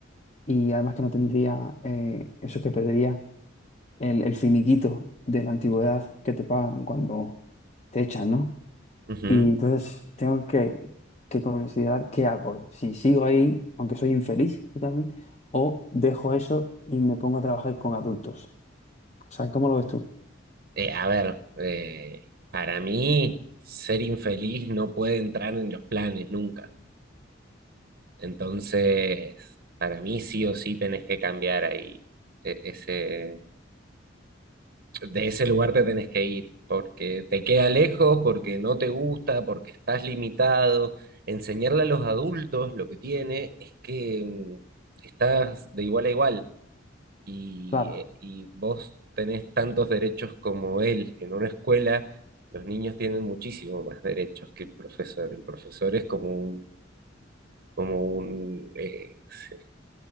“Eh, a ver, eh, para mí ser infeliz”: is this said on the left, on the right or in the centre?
Right